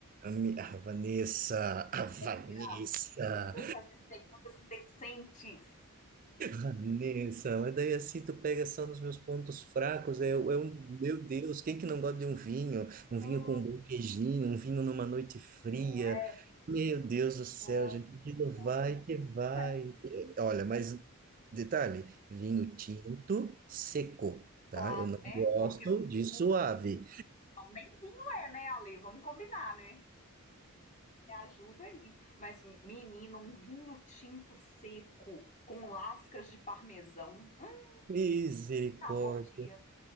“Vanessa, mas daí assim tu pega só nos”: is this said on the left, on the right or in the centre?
Right